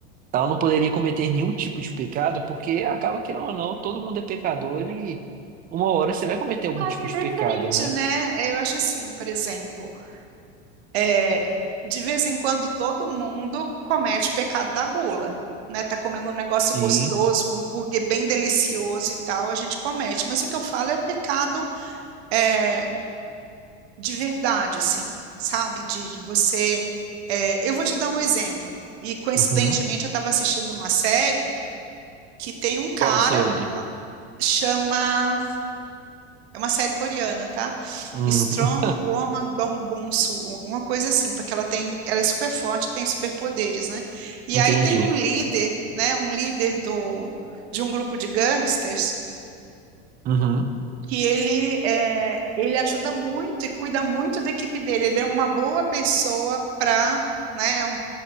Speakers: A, on the right; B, on the right.
A: ela não poderia cometer nenhum tipo de pecado, porque acaba que, não, não, todo mundo é pecador e uma hora você vai cometer algum
B: Aí
A: tipo de
B: depende,
A: pecado, né?
B: né? Eu acho assim, por exemplo. É, de vez em quando todo mundo comete o pecado da gula, né? Tá comendo um negócio
A: Sim.
B: gostoso, um hambúrguer bem delicioso e tal, a gente comete. Mas o que eu falo é pecado é, de verdade, assim, sabe? De, de você. é, eu vou te dar um exemplo. E coincidentemente
A: Uhum.
B: eu estava assistindo uma série que tem um cara,
A: Qual série?
B: lá, chama É uma série coreana, tá?
A: Hum,
B: Strong Woman Dong Bong-soo, alguma coisa assim, porque ela tem, ela é super forte, tem superpoderes, né? E
A: entendi.
B: aí tem um líder, né? Um líder do, de um grupo de gangsters
A: Uhum.
B: que ele é, ele ajuda muito e cuida muito da equipe dele. Ele é uma boa pessoa para, né? É Um,